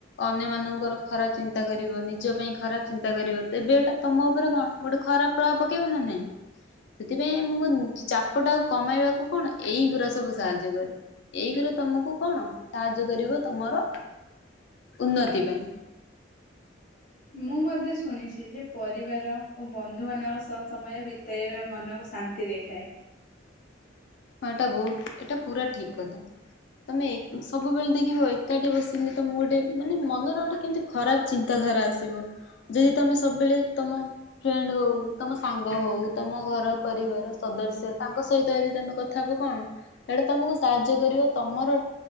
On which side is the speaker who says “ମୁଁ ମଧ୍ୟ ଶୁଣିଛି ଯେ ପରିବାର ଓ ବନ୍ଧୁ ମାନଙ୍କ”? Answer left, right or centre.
Left